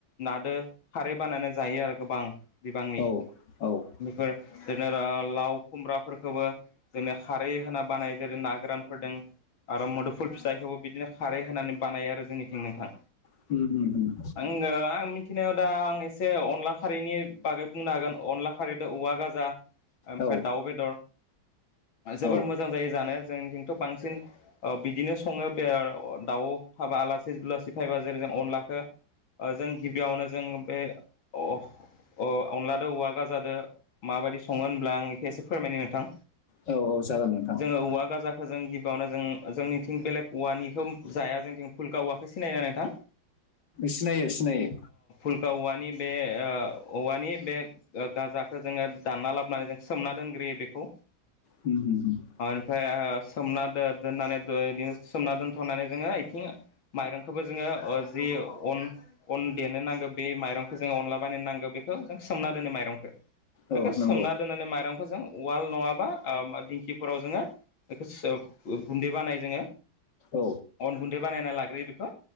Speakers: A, on the left (about 75°); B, on the left (about 60°).
A: नादो खारै बानायनानै जायो आरो गोबां। बिबांनि
B: औ औ उम,
A: बेफोर जेनेरेल लाव खुमब्राफोरखौबो जोंनि खारै होना बानाय जेरै ना गोरानफोरदों आरो मद फुल फिथाइखौबो बिदिनो खारै होनानै बानायो आरो जोंनिथिं नोंथां।
B: <unintelligible>
A: <unintelligible> आं मिथिनायाव दा आं एसे अनला खारैनि बागै बुंनो हागोन अनला खारै औवा गाजा ओमफ्राय
B: औ
A: दाउ बेदर जोबोर
B: औ
A: मोजां जायो जानो जों बांसिन ओ बिदिनो सङो बे दाउ थाबा आलासि <unintelligible> फैबा जेरै अनलाखो ओ जों गिबियावनो जों बे अ अ अनलादो औवा गाजादो माबायदि सङो होनब्ला आं बेखौ एसे फोरमायनो नोंथां।
B: औ औ जागोन नोंथां
A: जोङो औवा गाजाखौ जों गिबियावनो जों जोंनिथिं बेलेग औवानिखौ जाया जोंनिथिं भुलका औवाखौ सिनाया नोंथां।
B: सिनायो सिनायो।
A: फुल्खा औवानि बे ओ औवानि बे गाजाखौ जोङो दानना लाबोनानै जों सोमना दोन ग्रोयो बेखौ।
B: उम उम
A: ओमफ्राय सोमना दो-दोननानै बिदिनो सोमना दोन्थनानै जोङो माइरंखौबो जोङो अ जि अन अन देनो नांगौ बे माइरंखौ जोङो अनला बानायनो नांगौ बेखौ जों सोमना दोनो माइरंखौ। बेखौ
B: औ नंगौ
A: सोमना दोन्नानै माइरंखौ जों उवाल नङाबा अ दिंखिफोराव जोङो बेखौ सुब अ गुन्दै बानायो जोङो।
B: औ
A: अन गुन्दै बानायना लाग्रोयो बेखौ